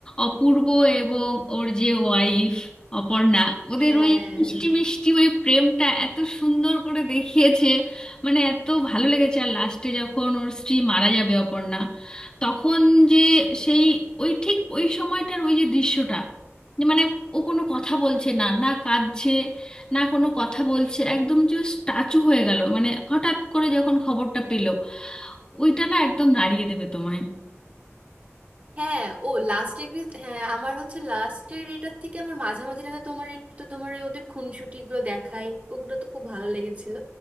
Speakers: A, on the left; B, on the right.
A: অপূর্ব এবং ওর যে ওয়াইফ অপর্ণা ওদের
B: হ্যাঁ
A: ওই মিষ্টি মিষ্টি ওই প্রেমটা এত সুন্দর করে দেখিয়েছে মানে এত ভালো লেগেছে আর লাস্টে যখন ওর স্ত্রী মারা যাবে অপর্ণা তখন যে সেই ওই ঠিক ওই সময়টার ওই যে দৃশ্যটা যে মানে ও কোনো কথা বলছে না না কাঁদছে না কোনো কথা বলছে একদম যে স্ট্যাচু হয়ে গেল মানে হঠাৎ করে যখন খবরটা পেলো ওইটা না একদম নাড়িয়ে দেবে তোমায়
B: হ্যাঁ ও লাস্ট এর হ্যাঁ আমার হচ্ছে লাস্টের এটার থেকে আমার মাঝামাঝিটাতে তোমার একটু তো তোমার এই ওদের খুনসুটি গুলো দেখায় ওগুলো তো খুব ভালো লেগেছিল